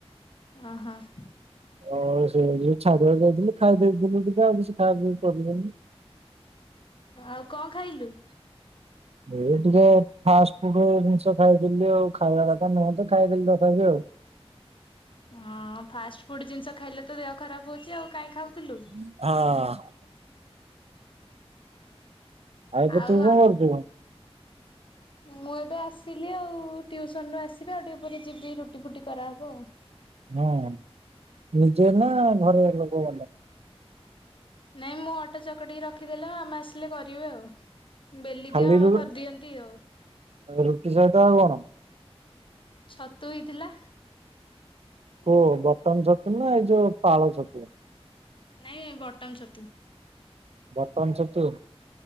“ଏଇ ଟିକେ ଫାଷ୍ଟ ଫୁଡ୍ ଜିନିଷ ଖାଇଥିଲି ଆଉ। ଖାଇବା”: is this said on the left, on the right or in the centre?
Right